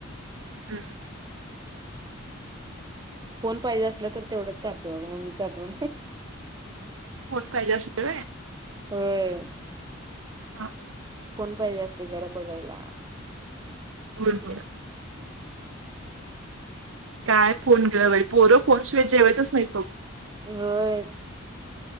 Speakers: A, on the right; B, on the right.
A: हम्
B: फोन पाहिजे असला तर तेवढंच करते बघ ममीचातण
A: कोण पाहिजे असेय
B: हम्
A: हा
B: फोन पाहिजे असले जरा बघायला
A: हो हो
B: <unintelligible>
A: काय फोन घवा पोर कोोन शिवाय जेवायच नाहीत फघ
B: होयच